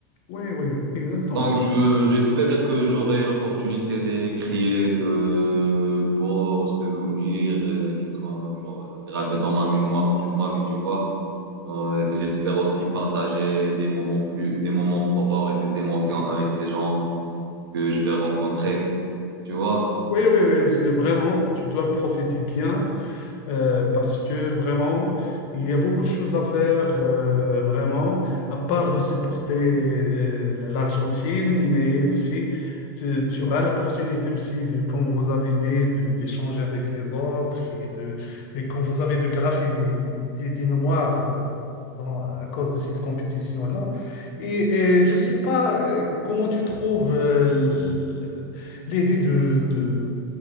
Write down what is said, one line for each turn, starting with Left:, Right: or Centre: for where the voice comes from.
Left: Oui, oui, oui, exactement.
Right: Donc, je, j'espère que j'aurai l'opportunité de créer de beaux souvenirs euh, qui seront genre, gravés dans ma mémoire toute ma vie, tu vois. Genre, euh, j'espère aussi partager des moments plus, des moments forts et des émotions avec des gens que je vais rencontrer, tu vois.
Left: Oui, oui, oui, c'est vraiment, tu dois profiter bien. euh, parce que vraiment, il y a beaucoup de choses à faire, euh, vraiment, à part de supporter euh, l'Argentine, mais aussi, tu, tu auras l'opportunité aussi de, comme vous avez dit, de- d'échanger avec les autres et de, et comme vous avez de graffer des, des, des- des mémoires. euh, dans- à cause de cette compétition-là. Et, et je ne sais pas euh, comment tu trouves euh, l- l- l'idée de, de,